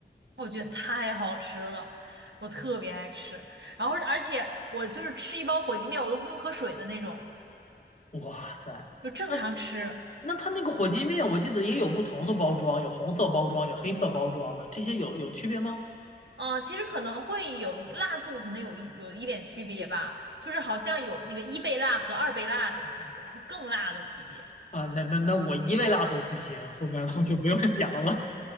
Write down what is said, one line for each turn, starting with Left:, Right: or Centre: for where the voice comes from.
Right: 我觉得太好吃了，我特别爱吃。然后而且我就是吃一包火鸡面，我都不用喝水的那种，
Left: 哇塞！
Right: 就正常吃。
Left: 那。那它那个火鸡面，我记得也有不同的包装，有红色包装，有黑色包装的，这些有有区别吗？
Right: 嗯，呃其实可能会有一辣度，可能有一有一点区别吧，就是好像有那个一倍辣和二倍辣的那种更辣的级别。
Left: 啊，那那那我一味辣都不行，后面我就不用想了